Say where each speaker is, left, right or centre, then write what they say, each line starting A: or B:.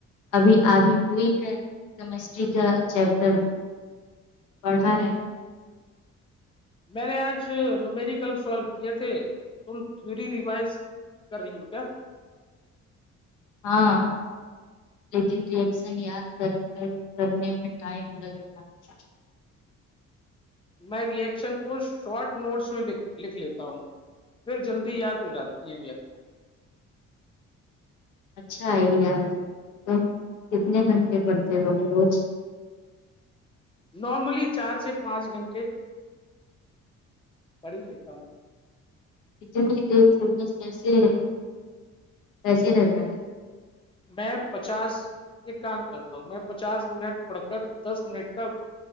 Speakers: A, on the left; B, on the left.
A: ابھی آدھی ہوئی ہے کیمسٹری کا چیپٹر پڑھا ہے
B: میں نے آج ن مری کل سالو کیے تھے تم تی ریوائز کر رہی ہو کیا
A: ہاں لیکن رشن یاد کر کر کرنے میں ٹائم لگ رہا ہے
B: میں ری ایکشن کو شارٹ نوٹس میں لکھ لیتا ہوں پھر جلدی یاد ہو جاتی ہیں ریئشن
A: اچھا آئیڈیا ہے تم کتنے گھنٹے پڑھتے ہو روز
B: نارملی چار سے پانچ گھنٹے پڑھ ہی لیتا ہوں
A: اتنی فوکس کیسے کیسے رہتا ہے
B: میں پچاس ایک کام کرتا ہوں میں پچاس منٹ پڑ کر دس منٹ کا